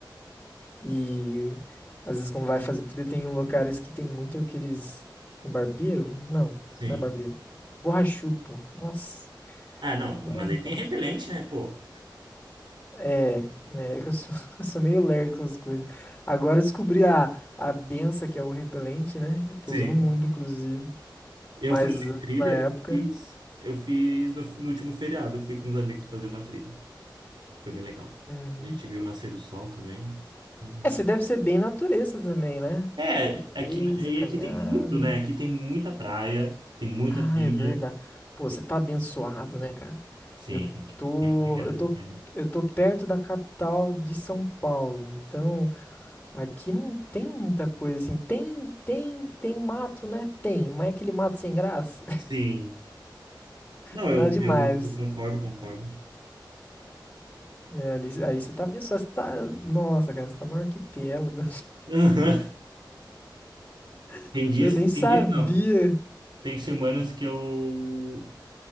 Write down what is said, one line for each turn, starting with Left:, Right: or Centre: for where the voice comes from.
Left: E às vezes, quando vai fazer trilha, tem locais que tem muito aqueles. Barbeiro? Não,
Right: Sim.
Left: não é barbeiro. Borrachudo, pô. Nossa.
Right: Ah, não,
Left: aquilo lá
Right: mas
Left: não
Right: aí
Left: dá.
Right: tem repelente, né, pô?
Left: É, é que eu sou, <laughs> eu sou meio lerdo com essas coisas. Agora eu descobri a, a benção que é o repelente, né? Eu tô
Right: <laughs> Sim.
Left: usando muito, inclusive.
Right: Eu
Left: Mas
Right: falei de
Left: antes,
Right: trilha,
Left: na época.
Right: eu fiz, eu fiz no, no último feriado, eu fui com os amigos fazer uma trilha. Foi bem legal.
Left: Uhum.
Right: A gente viu o nascer do sol também. Uhum.
Left: É, você deve ser bem natureza também, né?
Right: É,
Left: Natureza,
Right: aqui, e
Left: caminhada.
Right: aqui tem muito, né? Aqui tem muita praia, tem muita
Left: Ah,
Right: trilha.
Left: é verdade. Pô, você tá abençoado, né, cara?
Right: Sim,
Left: Eu
Right: tem que-
Left: tô,
Right: tem o que agradecer.
Left: eu tô, eu tô perto da capital de São Paulo, então aqui não tem muita coisa assim. Tem, tem, tem mato, né? Tem, mas é aquele mato sem graça. <laughs>
Right: Sim. Não,
Left: Tem
Right: eu,
Left: nada demais.
Right: eu, eu concordo, concordo.
Left: É, ali, aí você tá abençoado, você tá. Nossa, cara, você tá no arquipélago.
Right: <laughs> Aham.
Left: <laughs>
Right: Tem dias,
Left: Eu nem sabia.
Right: tem dias não. Tem semanas que eu